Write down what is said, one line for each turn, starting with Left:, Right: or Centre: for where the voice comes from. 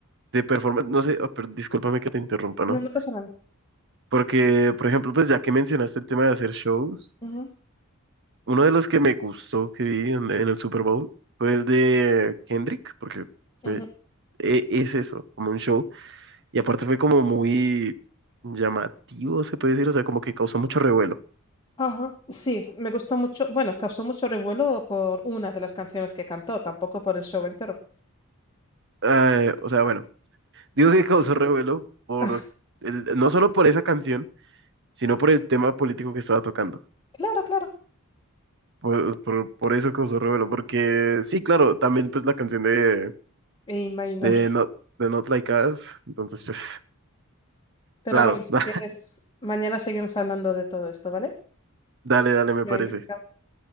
Right: de performance, no sé, oh, pero discúlpame que te interrumpa, ¿no?
Left: No, no pasa nada.
Right: Porque, por ejemplo, pues ya que mencionaste el tema de hacer shows,
Left: Ujú,
Right: uno de los que me gustó que vi en, en el Super Bowl fue el de Kendrick, porque fue,
Left: ujú.
Right: e- es eso, como un show, y aparte fue como muy llamativo, se puede decir, o sea, como que causó mucho revuelo.
Left: Ajá. Sí, me gustó mucho. Bueno, causó mucho revuelo por una de las canciones que cantó, tampoco por el show entero.
Right: Eh, o sea, bueno, digo que causó revuelo por
Left: Ah,
Right: el- no solo por esa canción, sino por el tema político que estaba tocando.
Left: claro, claro,
Right: Por, por, por eso causó revuelo, porque sí, claro, también pues la canción de,
Left: me imagino.
Right: de Not, de Not Like Us, entonces pues,
Left: Pero
Right: claro,
Left: bueno, si
Right: <laughs>
Left: quieres, mañana seguimos hablando de todo esto, ¿vale?
Right: dale, dale, me
Left: Ya,
Right: parece.
Left: Venga, chao.